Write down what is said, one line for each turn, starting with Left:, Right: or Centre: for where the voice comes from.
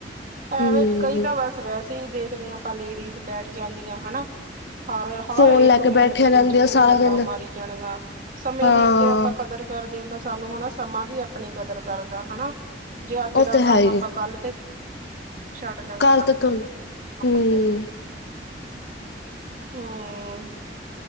Right: ਐਵੇਂ
Left: ਹੂੰ,
Right: ਕਈ ਤਾਂ ਬਸ ਵੈਸੇ ਹੀ ਦੇਖਦੇ ਹਾਂ ਆਪਾਂ ਲੇਡੀਜ਼ ਬੈਠ ਜਾਂਦੀਆਂ ਹਨਾ ਹਰ ਹਰ
Left: ਫੋਨ
Right: ਇੱਕ
Left: ਲੈ ਕੇ
Right: ਮਿੰਟ
Left: ਬੈਠੇ
Right: ਦੇ
Left: ਰਹਿੰਦੇ
Right: ਵਿੱਚ ਉਹਨਾਂ
Left: ਆ ਸਾਰਾ
Right: ਨੇ ਗੱਲਾਂ
Left: ਦਿਨ
Right: ਮਾਰੀ ਜਾਣੀਆਂ ਸਮੇਂ
Left: ਹਾਂ,
Right: ਦੀ ਜੇ ਆਪਾਂ ਕਦਰ ਕਰਦੇ ਹਾਂ ਤਾਂ ਸਾਨੂੰ ਹਨਾ ਸਮਾਂ ਵੀ ਆਪਣੀ ਕਦਰ ਕਰਦਾ ਹਨਾ ਜੇ ਅੱਜ
Left: ਉਹ
Right: ਦਾ
Left: ਤੇ
Right: ਕੰਮ
Left: ਹੈ ਹੀ
Right: ਆਪਾਂ ਕੱਲ ਤੇ ਛੱਡਦਾਗੇ
Left: ਕੱਲ
Right: <unintelligible>
Left: ਤਾਂ ਥੋੜੀ ਹੂੰ,
Right: ਹਮ